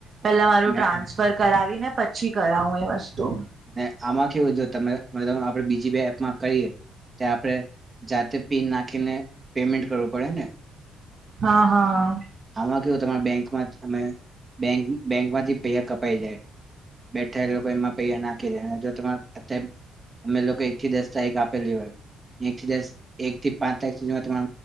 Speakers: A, on the right; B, on the right.
A: પેલા મારું
B: મે
A: ટ્રાન્સફર કરાવી ને. પછી કરાવું એ વસ્તુ.
B: ને આમાં કેવું જો ત આપણે બીજી બેી એપમાં કરીએ ત આપણે જાતે પિન નાખીને પેમેન્ટ કરવું પડે ને.
A: હા, હા.
B: આમા કેવુ તમા બેંકમાં અમે બેંક બેંકમાંથી પૈહા કપાઈ જાય, બેઠ્ઠા એ લોકો એમાં પૈહા નાંખે અ જો તમા અત્યારે અમે લોકો એક થી દસ તારીખ આપેલી હોય, એક થી દસ એક થી પાંચ તારીખ સુધીમા તમા